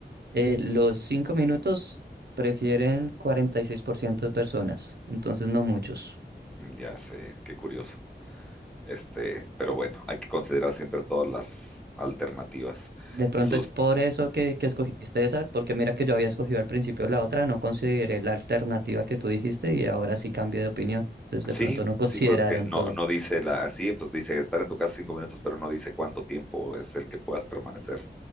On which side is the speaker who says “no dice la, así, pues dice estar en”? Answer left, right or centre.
Centre